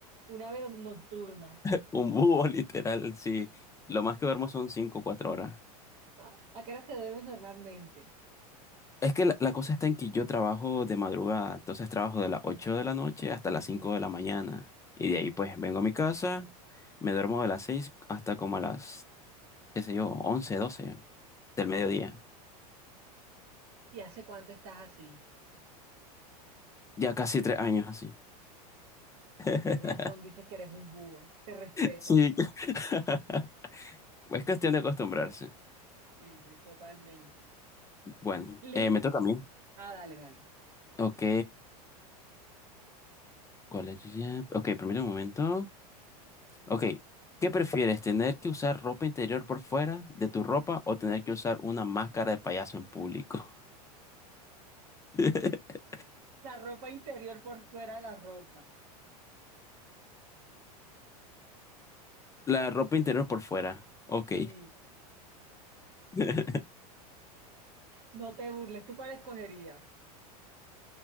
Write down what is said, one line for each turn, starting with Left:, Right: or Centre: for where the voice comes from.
Right: Un ave no, nocturna.
Left: <laughs> un búho literal, sí. Lo más que duermo son cinco o cuatro horas.
Right: <laughs> ¿A qué horas te duermes normalmente?
Left: Es que la, la cosa está en que yo trabajo de madrugada, entonces trabajo de las 8 de la noche hasta las 5 de la mañana. Y de ahí pues vengo a mi casa, me duermo de las 6 hasta como a las, qué sé yo, once doce del mediodía.
Right: ¿Y hace cuánto estás así?
Left: Ya casi tres años así. <laughs>
Right: Con razón dices que eres un búho, te respeto.
Left: Sí. <laughs> Es cuestión de acostumbrarse.
Right: Sí, sí, totalmente.
Left: Bueno,
Right: Listo.
Left: eh, me toca a mí.
Right: Ah, dale, dale.
Left: Ok, ¿cuál es? Ok, permítame un momento. Ok, ¿qué prefieres? ¿Tener que usar ropa interior por fuera de tu ropa o tener que usar una máscara de payaso en público? <laughs>
Right: La ropa interior por fuera de la ropa.
Left: La ropa interior por fuera. Ok.
Right: Sí,
Left: <laughs>
Right: no te burles. ¿Tú cuál escogerías?